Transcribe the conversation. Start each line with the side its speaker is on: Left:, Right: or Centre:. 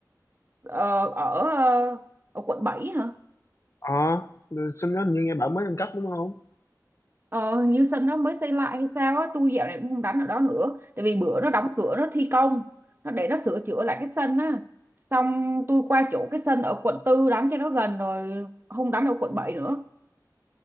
Right: ờ, ở ờ, ở quận 7 hả
Left: ờ à, sân đó như nghe bảo mới nâng cấp đúng không
Right: Ờ, hình như sân nó mới xây lại hay sao á, tôi dạo này cũng không đánh ở đó nữa. Tại vì bữa nó đóng cửa nó thi công, nó để nó sửa chữa lại cái sân á. Xong tôi qua chỗ cái sân ở quận tư đánh cho nó gần rồi, không đánh ở quận 7 nữa.